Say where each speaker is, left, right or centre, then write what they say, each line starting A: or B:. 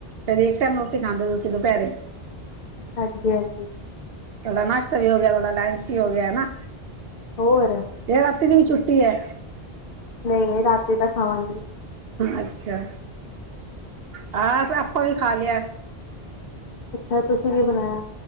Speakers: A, on the right; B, on the left.
A: ਫਿਰ ਇੱਕ ਟਾਈਮ ਰੋਟੀ ਖਾਂਦੇ ਤੁਸੀਂ ਦੁਪਹਿਰੇ।
B: ਹਾਂਜੀ-ਹਾਂਜੀ।
A: ਤੁਹਾਡਾ ਨਾਸ਼ਤਾ ਵੀ ਹੋ ਗਿਆ, ਤੁਹਾਡਾ ਲੰਚ ਵੀ ਹੋ ਗਿਆ ਹਨਾ,
B: ਹੋਰ
A: ਇਹ ਰਾਤੀ ਦੀ ਵੀ ਛੁੱਟੀ ਐ।
B: ਨਹੀਂ-ਨਹੀਂ ਰਾਤੀ ਤਾਂ ਖਾਵਾਂਗੀ।
A: ਅੱਛਾ, ਹਾਂ ਆਪਾਂ ਵੀ ਖਾ ਲਿਆ
B: ਅੱਛਾ, ਤੁਸੀਂ ਕੀ ਬਣਾਇਆ